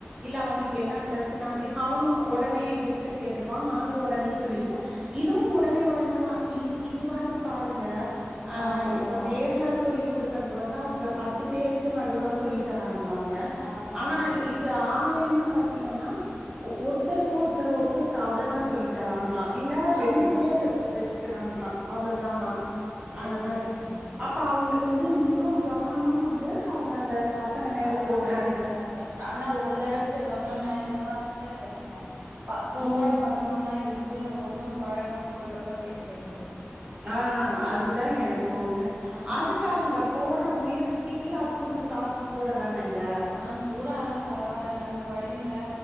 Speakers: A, on the right; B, on the right.
A: இல்ல அவுனுக்கு என்ன பிரச்சன அப்டி அவனு உடனே எங்க கிட்ட கேட்ருவான் நாங்ளு உடனே சொல்லிடுவோ இதுவு உடனே உடனேதா இது இதுவாது பாருங்க அ
B: ஆமாங்க
A: இப்போ நேர்ல சொல்லி் குடுக்கறது வந்து அவுங்க பத்து பேருக்கு நடுவுல சொல்லி தராங்களாங்க,
B: ஆமா
A: அனா
B: ஆமா
A: இது ஆ ஆன்லைன்னு பாத்திங்கன்னாஒ ஒருத்தருக்கு ஒருத்தர் ஒருத்தருக்கு அவ்ளதா சொல்லி. தராங்ளா இல்ல ரெண்டு
B: ஆமா ஆமா
A: பேரு வச்சுக்கிறாங்ளா அவ்ளோதானா
B: செரி செரி
A: அந்த
B: செரிங்க
A: மாரி அப்ப, அவுங்களுக்கு வந்து முழு கவனமா வந்து அவங்க, அந்த பசங்க மேல
B: அவங்க
A: போட்டுறாங்க.
B: கொழந்தைங்க மேல ஆனா ஒரு தடவுக் சொன்னோன்னா இந்த மாதிரி தா சரிங்க பத்தோட
A: ம்
B: பதனொன்னா இருந் து ஒன்னும் பழகாம போயிட்டோனா வேஸ்ட் ஆயிரு
A: ஆ அதுதா
B: ம்
A: எனக்கு ஒன்னு
B: ஆ
A: அதுக்கு அவங்க போட்ற முயற்சிக்கு அது கொஞ்ச காஸ் கூட தான அங்க
B: ஆ கூட ஆனா பரவாயில்ல நம்ம கொழந்தைங்க